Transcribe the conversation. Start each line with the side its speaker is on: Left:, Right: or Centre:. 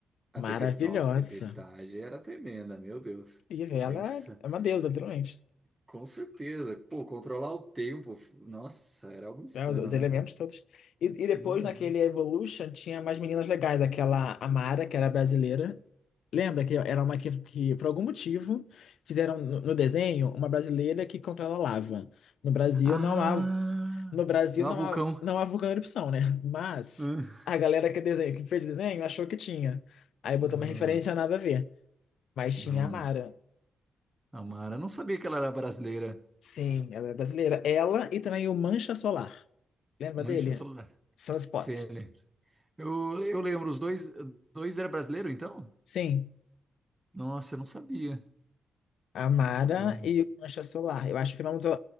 Right: A
Left: Maravilhosa.
Right: tempestade, nossa, a tempestade era tremenda, meu Deus.
Left: Incrível.
Right: Era insano.
Left: Ela é uma deusa, literalmente.
Right: Com certeza. Pô, controlar o tempo, nossa, era algo insano,
Left: Né, Os, os
Right: né?
Left: elementos todos. E, e depois,
Right: Uhum.
Left: naquele Evolution, tinha mais meninas legais. Aquela Amara, que era brasileira. Lembra que era uma que, que por algum motivo, fizeram no, no desenho uma brasileira que controla lava. No Brasil
Right: Ah,
Left: não há, no Brasil
Right: no
Left: não
Right: vulcão.
Left: há, não há vulcão em erupção, né? Mas
Right: Ah,
Left: a galera que, desenho, que fez o desenho achou que tinha. Aí botou
Right: Nossa,
Left: uma referência nada a ver. Mas
Right: não,
Left: tinha a Mara.
Right: Amara, eu não sabia que ela era brasileira.
Left: Sim, ela é brasileira. Ela e também o Mancha Solar. Lembra
Right: Mancha
Left: dele?
Right: solar.
Left: Sunspots.
Right: CN. Eu, eu lembro, os dois, dois era brasileiro, então?
Left: Sim.
Right: Nossa, eu não sabia.
Left: A
Right: Não
Left: Mara
Right: sabia.
Left: e o Mancha Solar. Eu acho que o nome, do-